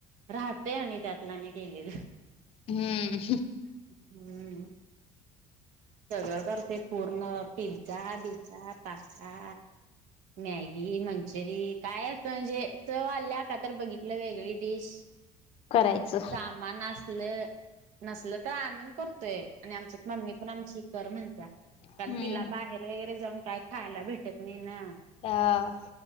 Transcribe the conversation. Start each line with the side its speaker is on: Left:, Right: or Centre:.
Right: राहतय आणि त्यातला आणि केलेल
Left: हम्म
Right: <unintelligible> सगळं करत्यात पूर्ण पिंझा बिंझा पास्ता मॅगी मंचुरी काय अस म्हणजे चव आल्या का तर बघितलं वेगळी डिश
Left: करायचं
Right: सामान अस ल नसल तर आणून करतोय आणि आमच्यात मम्मी पण आमची कर म्हणत्या
Left: हम्म
Right: कारण तिला बाहेर वगैरे जाऊन काय खायला भेटत नय ना
Left: आ